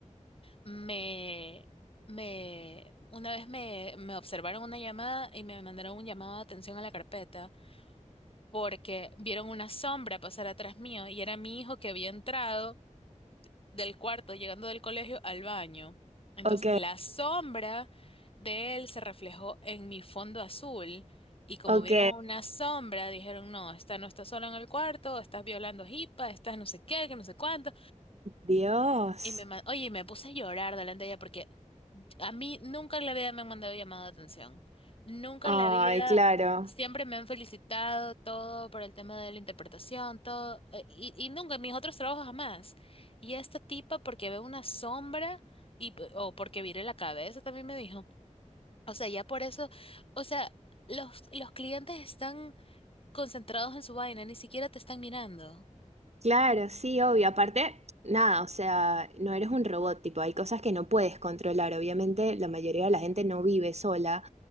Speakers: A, on the left (about 45°); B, on the right (about 60°).
A: me, me, una vez me, me observaron una llamada y me mandaron un llamado de atención a la carpeta porque vieron una sombra pasar atrás mío y era mi hijo que había entrado. del cuarto, llegando del colegio al baño. Entonces
B: Ok,
A: la sombra de él se reflejó en mi fondo azul y como
B: ok.
A: vieron una sombra, dijeron, no, esta no está sola en el cuarto, estás violando hipa, estás no sé qué, que no sé cuánto.
B: Dios.
A: Y me, ma- oye, y me puse a llorar delante de ella porque a mí nunca en la vida me han mandado llamada de atención. Nunca
B: Ay,
A: en la vida,
B: claro.
A: siempre me han felicitado todo por el tema de la interpretación, todo. eh, Y, y nunca en mis otros trabajos jamás. Y esta tipa porque ve una sombra y, p- o porque viré la cabeza también me dijo. O sea, ya por eso, o sea, los, los clientes están concentrados en su vaina, ni siquiera te están mirando.
B: Claro, sí, obvio. Aparte, nada, o sea, no eres un robot, tipo, hay cosas que no puedes controlar. Obviamente, la mayoría de la gente no vive sola